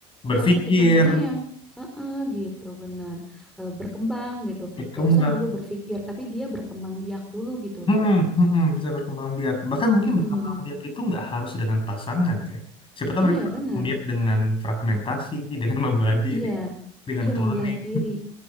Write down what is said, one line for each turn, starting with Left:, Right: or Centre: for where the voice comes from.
Left: Berpikir,
Centre: Salah satu contohnya yang heeh, gitu, benar Eh, berkembang gitu.
Left: berkembang.
Centre: Gak usah dulu berpikir, tapi dia berkembang biak dulu gitu.
Left: Hmm, hmm, hmm, bisa berkembang biak. Bahkan mungkin
Centre: Mm-mm.
Left: berkembang biak itu nggak harus dengan pasangan ya. Siapa tahu
Centre: Iya,
Left: mereka berkembang
Centre: benar
Left: biak dengan fragmentasi, <laughs> dengan membelah diri,
Centre: Iya,
Left: dengan
Centre: iya
Left: cloning.
Centre: membelah diri.